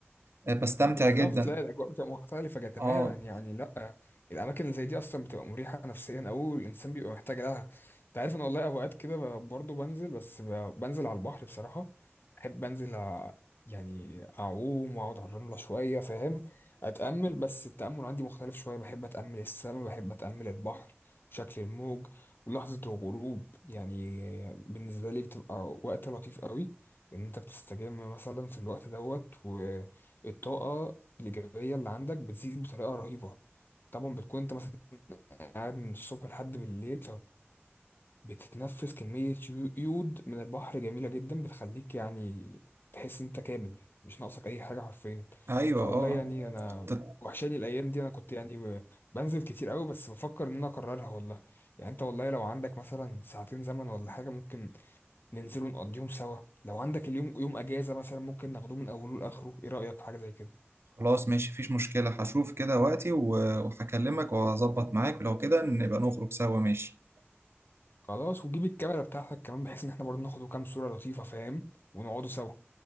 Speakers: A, on the right (about 65°); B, on the left (about 50°).
A: آه، بستمتع
B: بالظبط
A: جدا
B: لا الاجواء بتبقى مختلفه جا- تماما
A: اه
B: يعني لا الاماكن اللي زي دي اصلا بتبقى مريحه نفسيا او الانسان بيبقى محتاج لها انت عارف ان والله اوقات كده ب- برضه بنزل بس ب- بنزل على البحر بصراحه بحب انزل أ- يعني اعوم واقعد على الرمله شويه فاهم اتامل بس التامل عندي مختلف شويه بحب اتامل السماء بحب اتامل البحر شكل الموج ولحظه الغروب يعني بالنسبه لي بتبقى وقت لطيف قوي ان انت بتستجم مثلا في الوقت دوت الطاقة الإيجابية اللي عندك بتزيد بطريقة رهيبة طبعا بتكون أنت مثلا قاعد من الصبح لحد بالليل فبتتنفس كمية يو- يود من البحر جميلة جدا بتخليك يعني تحس إن أنت كامل مش ناقصك أي حاجة حرفيا
A: ايوه
B: فوالله
A: اه
B: يعني أنا
A: ت-
B: وحشاني الأيام دي أنا كنت يعني ب- بنزل كتير قوي بس بفكر إن أنا أكررها والله يعني أنت والله لو عندك مثلا ساعتين زمن ولا حاجة ممكن ننزل ونقضيهم سوا لو عندك اليوم يوم أجازة مثلا ممكن ناخدوه من أوله لآخره إيه رأيك في حاجة زي كده
A: خلاص ماشي مفيش مشكله هشوف كده وقتي و- وهكلمك وهظبط معاك ولو كده نبقى نخرج سوا ماشي
B: خلاص وتجيب الكاميرا بتاعتك كمان بحيث ان احنا برضه ناخد كام صورة لطيفة فاهم ونقعدوا سوا